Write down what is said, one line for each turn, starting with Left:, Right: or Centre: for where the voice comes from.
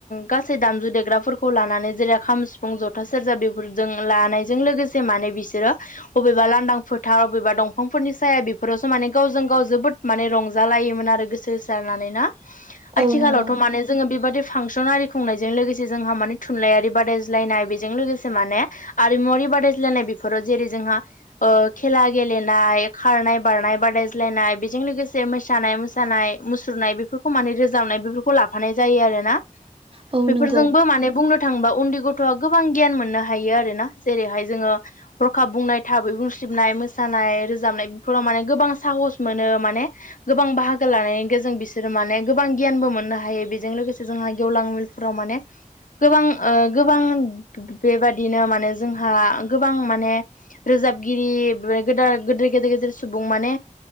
Left: गासै दामजु देग्राफोरखौ लानानै जेरै खाम सिफुं जथ फथा सेरजा बेफोरजों लानायजों लोगोसे माने बिसोरो बबेबा लांदां फोथार अबेबा दंफां फोरनि साया बेफोरावसो माने गावजों गाव जोबोद माने रंजालायोमोन आरो गोसो होसारानानै ना आथिखालावथ'
Right: औ नंगौ
Left: माने जोङो बेबादि फांसन आरि खुंनायजों लोगोसे जोंहा माने थुनलाइयारि बादायज्लायनाय बिदि लोगोसे माने आरिमुवारि बादायायनाय बेफोराव जेरै जोंहा खेला गेलेनाय खारनाय बारनाय बादाय्लायनाय बेजों लोगोसे मोसानाय मोसानाय मुस सुरनाय बेफोरखौ माने रोजाबनाय बेफोरखौ लाफानाय जायो आरोना।
Right: औ
Left: बेफोरजोंबो
Right: नंगौ
Left: माने बुंनो थांबा उन्दै गथ'आ गोबां गियान मोननो हायो आरोोना जेरैहाय जोङो हरखाब बुंनाय थाबै बुंसलिबनाय मोसानाय रोजनाय बेफोराव माने गोबां साहस मोन माने गोबां बाहागो लानाय जों बिसोरो माने गोबां गियानबो मोननो हायो बेजों लोगोसे जोंहा गेवलां मलफोराव माने गोबां गोबां बे-बे-बेबादिनो माने जोंहा गोबां माने रोजाबगिरि बे गोदा-गोदाद गेदेर गेदेर सुबुं माने